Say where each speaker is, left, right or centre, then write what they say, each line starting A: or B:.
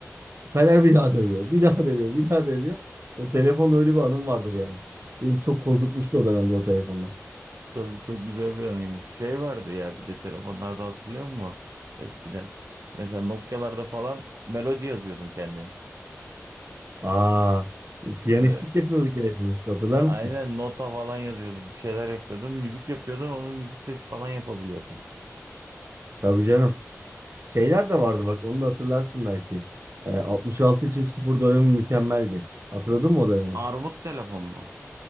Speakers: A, on the right; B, on the right.
A: Peder bir daha dövüyor. Bir daha dövüyor. Bir daha dövüyor. O telefonla öyle bir anım vardır yani. Benim çok korkutmuştu o dönemde o telefonlar.
B: Tabii çok güzel bir anıymış. Şey vardı ya bir de telefonlarda hatırlıyor musun? Eskiden. Mesela Nokia'larda falan melodi yazıyordun kendin.
A: Aa, piyanistlik
B: Böyle,
A: yapıyorduk ya hepimiz. Hatırlar mısın?
B: aynen nota falan yazıyordun. Bir şeyler yapıyordun. Müzik yapıyordun. Onun müzik sesi falan yapabiliyordun.
A: Tabii canım. Şeyler de vardı bak onu da hatırlarsın belki. Ee, 66 çift sıfır dönemi mükemmeldi. Hatırladın mı o dönemi?
B: Armut telefon mu?